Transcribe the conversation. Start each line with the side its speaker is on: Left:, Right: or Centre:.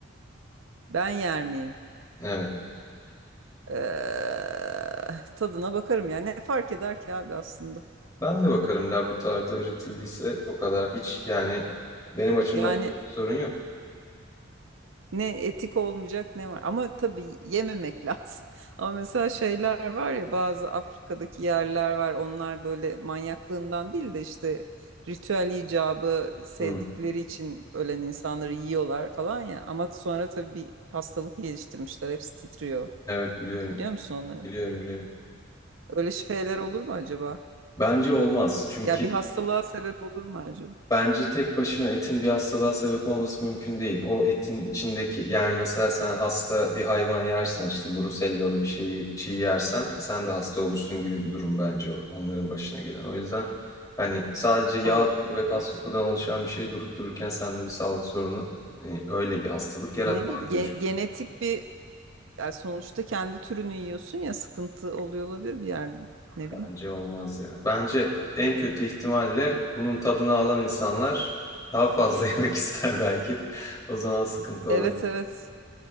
Right: Ben yer miyim?
Left: Evet.
Right: Eee, tadına bakarım yani ne fark eder ki abi aslında.
Left: Ben de bakarım laboratuvarda üretildiyse o kadar hiç yani benim açımdan
Right: Yani
Left: sorun yok.
Right: Ne etik olmayacak ne var. Ama tabii yememek lazım. <laughs> Ama mesela şeyler var ya bazı Afrika'daki yerler var. Onlar böyle manyaklığından değil de işte ritüel icabı sevdikleri
Left: Hı.
Right: için ölen insanları yiyorlar falan ya. Ama sonra tabii bir hastalık geliştirmişler. Hepsi titriyor.
Left: Evet biliyorum.
Right: Biliyor musun onları?
Left: Biliyorum biliyorum.
Right: Öyle şeyler olur mu acaba?
Left: Bence olmaz. Çünkü
Right: Ya bir hastalığa sebep olur mu acaba?
Left: Bence tek başına etin bir hastalığa sebep olması mümkün değil. O etin içindeki yani mesela sen hasta bir hayvan yersen işte brusellalı bir şeyi çiğ yersen sen de hasta olursun gibi bir durum bence o. Onların başına gelen. O yüzden hani sadece yağ
Right: Aa,
Left: doku
Right: öyle
Left: ve
Right: mi
Left: kas
Right: diyorsun?
Left: dokudan oluşan bir şey durup dururken sende bir sağlık sorunu hani öyle bir hastalık yaratmaz
Right: Ne bileyim
Left: diye
Right: ge-
Left: düşünüyorum.
Right: genetik bir Yani sonuçta kendi türünü yiyorsun ya sıkıntı oluyor olabilir bir yerde ne bileyim.
Left: Bence olmaz ya. Bence en kötü ihtimalle bunun tadını alan insanlar daha fazla <laughs> yemek ister belki. O zaman sıkıntı
Right: Evet
Left: olabilir.
Right: evet.